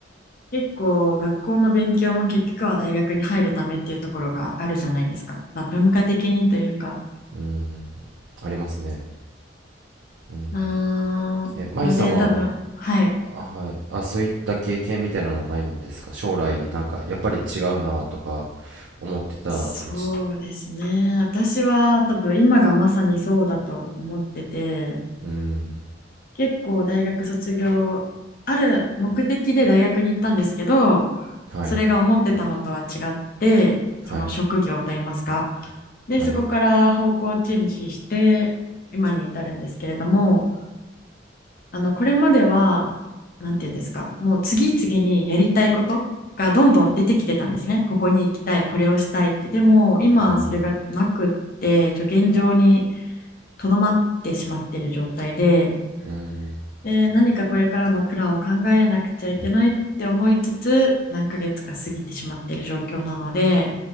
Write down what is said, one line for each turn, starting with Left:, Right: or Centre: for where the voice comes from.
Left: 結構学校の勉強も結局は大学に入るためっていうところがあるじゃないですか。まあ、文化的にというか。
Right: うん、ありますね。うん。
Left: うーん。
Right: え、舞さんは、
Left: ので多分、はい。
Right: はい、あ、そういった経験みたいなのはないんですか将来、なんか、やっぱり違うなとか、思ってた道と。
Left: そうですね。私は多分今がまさにそうだと思ってて。
Right: うん、
Left: 結構大学卒業ある目的で大学に行ったんですけど
Right: はい、
Left: それが思ってたのとは違ってその職業といいますか
Right: はい、
Left: でそこから方向チェンジして今に至るんですけれども
Right: はい、
Left: あのこれまではなんていうんですかもう次々にやりたいことがどんどん出てきてたんですねここに行きたいこれをしたいってでも今それがなくってちょ現状に
Right: うん、
Left: とどまってしまっている状態で
Right: うん。
Left: で何かこれからのプランを考えなくちゃいけないって思いつつ何ヶ月か過ぎてしまっている状況なので